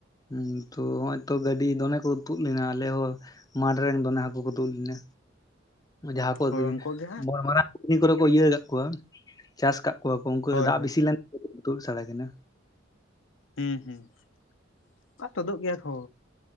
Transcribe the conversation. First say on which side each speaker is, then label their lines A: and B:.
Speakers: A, on the left; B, on the left.
A: ᱦᱩᱸ ᱛᱚ ᱦᱚᱸᱜ-ᱚᱭ ᱛᱚ ᱜᱟᱹᱰᱤ ᱫᱚᱢᱮ ᱠᱚ ᱛᱩᱫ ᱞᱮᱱᱟ ᱟᱞᱮ ᱦᱚᱸ ᱢᱟᱴᱷ ᱨᱮᱱ ᱫᱚᱢᱮ ᱦᱟᱹᱠᱩ ᱠᱚ ᱛᱩᱫ ᱞᱮᱱᱟ᱾ ᱡᱟᱦᱟᱸ ᱠᱚ
B: ᱦᱳᱭ ᱩᱱᱠᱩ ᱜᱮ ᱦᱟᱸᱜ
A: ᱢᱟᱨᱟᱝ <inaudible> ᱠᱚᱨᱮ ᱠᱚ ᱤᱭᱟᱹ ᱠᱟᱜ ᱠᱚᱣᱟ, ᱪᱟᱥ ᱠᱟᱜ ᱠᱚᱣᱟ ᱠᱚ ᱩᱱᱠᱩ
B: ᱦᱳᱭ
A: ᱫᱚ ᱫᱟᱜ
B: ᱦᱳᱭ
A: ᱵᱮᱥᱤ ᱞᱮᱱ <inaudible> ᱛᱩᱫ ᱥᱟᱲ ᱠᱟᱱᱟ᱾
B: ᱦᱩᱸ ᱦᱩᱸ, <inaudible> ᱛᱩᱫᱩᱜ ᱜᱮᱭᱟ ᱠᱚ,